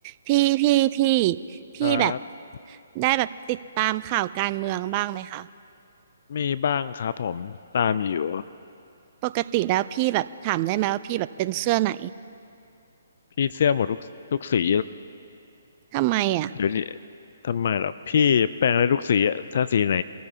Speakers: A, on the right; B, on the left.
A: พี่พี่พี่พี่แบบ
B: ครับ
A: ได้แบบติดตามข่าวการเมืองบ้างไหมคะ
B: มีบ้างครับผมตามอยู่
A: ปกติแล้วพี่แบบถามได้ไหมว่าพี่แบบเป็นเสื้อไหน
B: พี่เสื้อหมดทุกทุกสี
A: ทำไมอ่ะ
B: เดี๋ยวดิทำไมล่ะพี่แปลงได้ทุกสีอะถ้าสีไหน